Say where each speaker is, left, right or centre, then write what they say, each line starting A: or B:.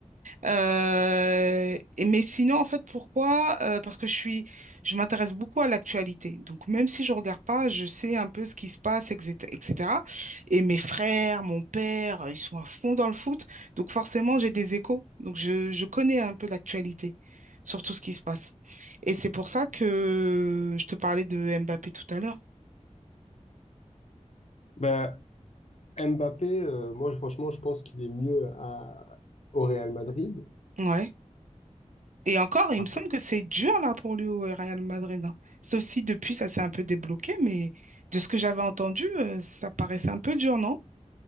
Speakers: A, on the right; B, on the left.
A: Euh, et, mais sinon, en fait, pourquoi? Euh, parce que je suis, je m'intéresse beaucoup à l'actualité. Donc, même si je regarde pas, je sais un peu ce qui se passe, etc. etc. Et mes frères, mon père, euh, ils sont à fond dans le foot. Donc, forcément, j'ai des échos. Donc, je, je connais un peu l'actualité sur tout ce qui se passe. Et c'est pour ça que je te parlais de Mbappé tout à l'heure.
B: Bah, Mbappé, euh, moi je- franchement, je pense qu'il est mieux à, au Real Madrid.
A: Ouais. Et encore, il
B: Après,
A: me semble que c'est dur là pour lui au Real Madrid. hein. Sauf si depuis ça s'est un peu débloqué, mais de ce que j'avais entendu, euh, ça paraissait un peu dur, non?